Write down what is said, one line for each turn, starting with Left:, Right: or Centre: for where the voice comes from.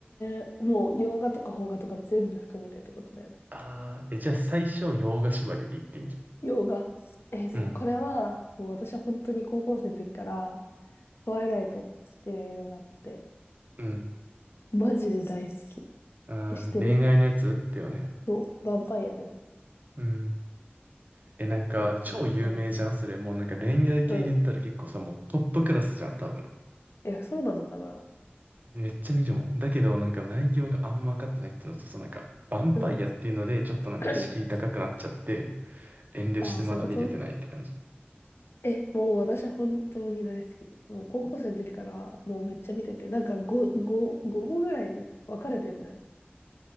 Left: ー、もう洋画とか邦画とか全部含めてってことだよね。
Right: あー、え、じゃあ最初、洋画縛りで言ってみる。
Left: 洋画。えー、でもこれは、
Right: うん、
Left: もう私は本当に高校生の時から、トワイライトっていう映画があって、
Right: うん、
Left: マジで大好き。
Right: うん、
Left: え、知ってる
Right: 恋愛のやつだよね。
Left: そう、ヴァンパイアのやつ。
Right: うん。え、なんか超有名じゃんそれもうなんか恋愛系で言ったら結構さ、
Left: なんか、うん。うん。
Right: もうトップクラスじゃん、多分。
Left: え、そうなのかな
Right: めっちゃ見るもん。だけど、なんか内容があんま分かってないっていうのと、そのなんか、ヴァンパイアっていうので、
Left: うん。
Right: ちょっとなんか敷居高くなっちゃって、
Left: <coughs>
Right: 遠慮してまだ見れてないって感じ。
Left: ああ、そういうことえ、もう私は本当に大好き。もう高校生の時からもうめっちゃ見てて、なんか5、5、5個ぐらいに分かれてんのよ。